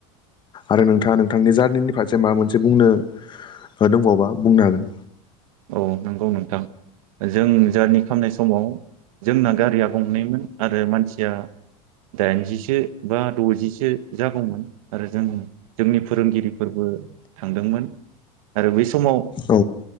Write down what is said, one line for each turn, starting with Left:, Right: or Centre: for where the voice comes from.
Left: आरो नोंथाङा नोंथांनि जारनिनि फारसे माबा मोनसे बुंनो दंबावोबा बुंनो हागोन।
Right: औ नंगौ नोंथां जों जारनि खालामनाय समाव जोंना गारिया गंनैमोन आरो मानसिया दाइनजिसो बा द'जिसो जागौमोन आरो जों जोंनि फोरोंगिरिफोरबो थांदोंमोन आरो बै समाव
Left: औ